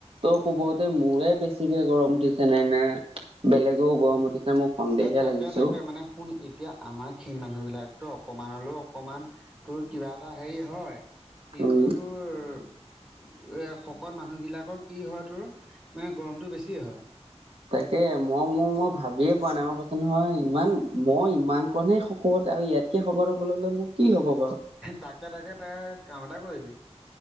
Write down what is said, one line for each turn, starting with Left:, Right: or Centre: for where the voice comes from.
Right: ত' ক'বতে মোৰে বেছিকে গৰম উঠিছে নে নে বেলেগেও গৰম উঠিছে মোক সন্দেহে
Centre: এই তাকে
Right: লাগিছে
Centre: তাকে
Right: অ
Centre: মানে শুণ ই এতিয়া আমাৰ ক্ষীণ মানুহবিলাকতো অকণমানলৈও অকণমান তোৰ কিবা এটা হেৰি হয়। কিন্তু
Right: উম
Centre: তোৰ শকত মানুহবিলাকৰ কি হয় তোৰ মানে গৰমটো বেছি হয়।
Right: তাকে মই মোৰ মই ভাবিয়ে পোৱা নাই মই কৈছো নহয় ইমান মই ইমান কণে সকত আৰু ইয়াত খবৰ হ'বলৈলে মোক কি হ'ব বাৰু।
Centre: তাকে তাকে তাৰ কাম এটা কৰিবি